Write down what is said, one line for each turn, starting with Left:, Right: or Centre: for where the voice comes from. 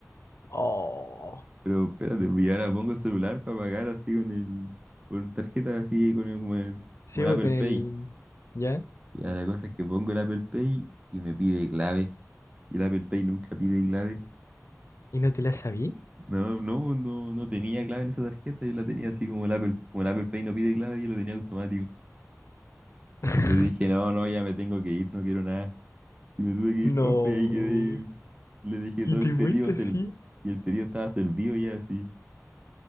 Left: Oh.
Right: Pero espérate, pues, y ahora pongo el celular para pagar así con el, con tarjeta así, con el, como el,
Left: Sí,
Right: como el
Left: weón,
Right: Apple
Left: con
Right: Pay.
Left: el. ¿Ya?
Right: Y ahora la cosa es que pongo el Apple Pay y me pide clave. Y el Apple Pay nunca pide clave.
Left: ¿Y no te la sabí?
Right: No, no, no, no tenía clave en esa tarjeta, yo la tenía así como el Apple, como el Apple Pay no pide clave, yo lo tenía automático.
Left: <laughs>
Right: Le dije, no, no, ya me tengo que ir, no quiero nada. Y me tuve que ir,
Left: No.
Right: pues pues, ahí quedé, le dejé
Left: ¿Y
Right: todo
Left: te
Right: el pedido,
Left: fuiste
Right: ser-
Left: así?
Right: y el pedido estaba servido ya así,